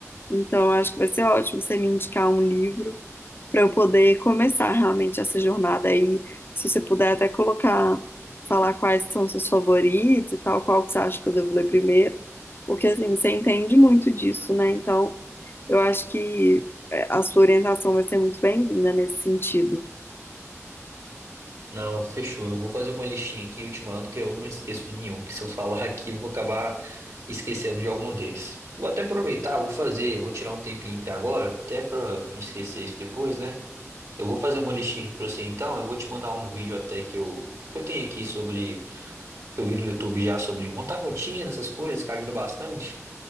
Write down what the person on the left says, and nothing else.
Então, eu acho que vai ser ótimo você me indicar um livro para eu poder começar realmente essa jornada aí. Se você puder até colocar, falar quais são seus favoritos e tal, qual que você acha que eu devo ler primeiro, porque assim, você entende muito disso, né? Então, eu acho que é, a sua orientação vai ser muito bem-vinda nesse sentido.